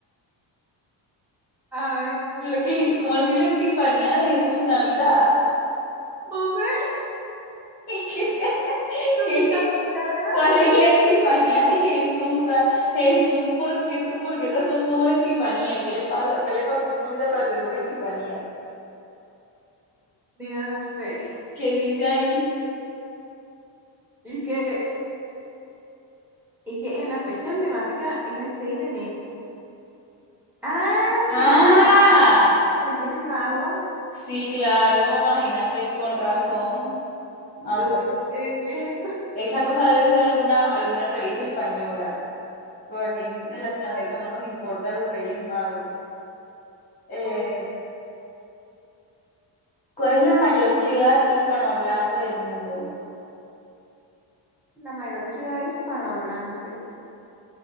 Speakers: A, in the centre; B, on the left.
A: a ver,
B: La que- ¿Cómo así la epifanía de Jesús Navidad?
A: no sé,
B: <laughs>
A: <laughs> yo
B: ¿Qué,
A: soy
B: qué?
A: Catalina
B: cuál es la epifanía de Jesús? Ah, Jesús, ¿por qué tú, por qué razón tuvo una epifanía? ¿Qué le pasa? ¿Qué le pasó en su vida para tener una epifanía?
A: Mira usted.
B: ¿Qué dice ahí?
A: Y que, y que en la fecha emblemática es el 6 de enero. Ah,
B: Ah,
A: claro, Reyes Mago.
B: Sí, claro, imagínate, con razón. Ah,
A: Yo
B: bueno.
A: sí que es
B: Esa cosa debe ser alguna, alguna revista española, porque aquí en, en
A: total,
B: Latinoamérica no nos importa los Reyes Magos. Eh,
A: tot-
B: ¿cuál es la mayor ciudad hispanohablante del mundo?
A: la mayor ciudad hispanohablante.